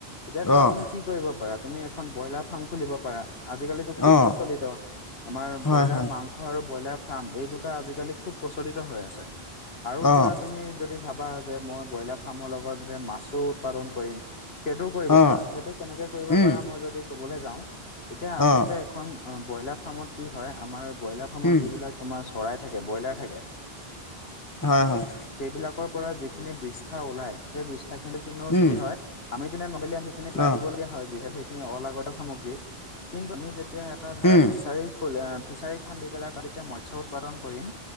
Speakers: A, on the left; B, on the left.
A: এতিয়া ধৰা
B: অ',
A: তুমি কি কৰিব পাৰা তুমি এখন ব্ৰইলাৰ ফাৰ্ম খুলিব পাৰা আজিকালিটো খুব
B: অ',
A: প্ৰচলিত আমাৰ
B: হয়,
A: ব্ৰইলাৰ
B: হয়,
A: মাংস মাংস আৰু ব্ৰইলাৰ ফাৰ্ম এই দুটা আজিকালি খুব প্ৰচলিত হৈ আছে আৰু ধৰা
B: অ',
A: তুমি যদি ভাবা যে মই ব্ৰইলাৰ ফাৰ্মৰ লগত যে মাছো উৎপাদন কৰিম সেইটোও কৰিব
B: অ',
A: পাৰা সেইটো কেনেকে কৰিব
B: উম,
A: পাৰা মই যদি কবলে যাওঁ এতিয়া আচলতে
B: অ',
A: এখন আ ব্ৰইলাৰ ফাৰ্মত কি হয় আমাৰ ব্ৰইলাৰ ফাৰ্মত
B: উম,
A: যিবিলাক তোমাৰ চৰাই থাকে ব্ৰইলাৰ থাকে
B: হয় হয়।
A: সেইবিলাকৰ পৰা যিখিনি বৃষ্ঠা ওলাই সেই বৃষ্ঠাখিনি কিন্তু
B: উম,
A: কি হয় আমি তেনে নৰ্মেলি আমি সেইখিনি পলাই
B: অ',
A: দিব লগীয়া হয় যিহেতু সেইখিনি অলাগতীয়াল সামগ্ৰী কিন্তু আমি যেতিয়া এটা ধৰা
B: উম,
A: ফিচাৰী আ ফিচাৰী খান্দি পেলাই তাত যেতিয়া মৎস্য উৎপাদন কৰিম